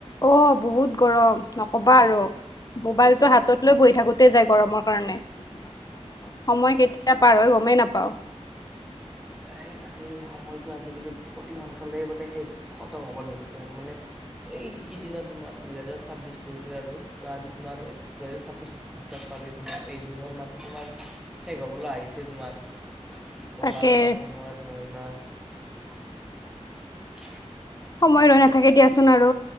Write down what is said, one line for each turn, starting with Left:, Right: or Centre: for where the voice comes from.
Left: অ বহুত। গৰম নকবা আৰু মোবাইলতটো হাতত লৈ বহি থাকোতে যায় গৰমৰ কাৰণে- সময় কেতিয়া পাৰহৈ গমেই নাপাও
Centre: এই তাকেই সময়টো আজিকালি অতি সোনকালে মানে সেই খতম হ'ব ধৰিছে আৰু মানে এই সিদিনা তোমাৰ দুহেজাৰ ছাব্বিশ। পৰিছিলে আৰু ত আজি তোমাৰ দুহেজাৰ ছাব্বিশ পচ পালেই তোমাৰ এই জুনৰ মাহতো তোমাৰ শেষ হ'বলৈ আহিছে। তোমাৰ কি কবা
Left: তাকে
Centre: তোমাৰ সময়ৰ মহিমা- <unintelligible>
Left: সময় ৰৈ নাথাকে দিয়াচোন আৰু